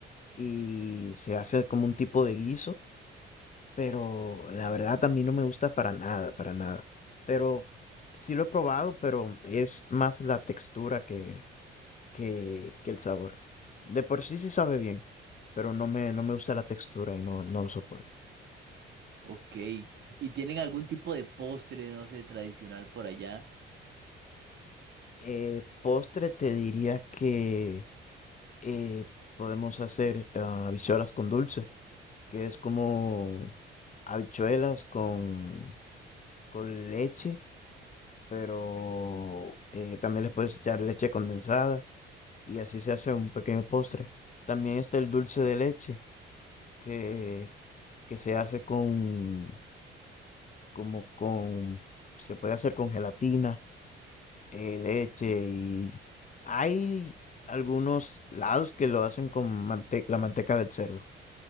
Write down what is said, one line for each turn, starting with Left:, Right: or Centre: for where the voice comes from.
Left: y se hace como un tipo de guiso pero la verdad a mí no me gusta para nada, para nada. Pero sí lo he probado, pero es más la textura que, que, que el sabor. De por sí sí sabe bien, pero no me, no me gusta la textura y no, no lo soporto.
Right: Ok, ¿y tienen algún tipo de postre, no sé, tradicional por allá?
Left: Eh, postre te diría que eh, podemos hacer ah, habichuelas con dulce, que es como habichuelas con, con leche, pero eh, también les puedes echar leche condensada y así se hace un pequeño postre. También está el dulce de leche que, que se hace con, como con, se puede hacer con gelatina, eh, leche y hay algunos lados que lo hacen con mante- la manteca del cerdo.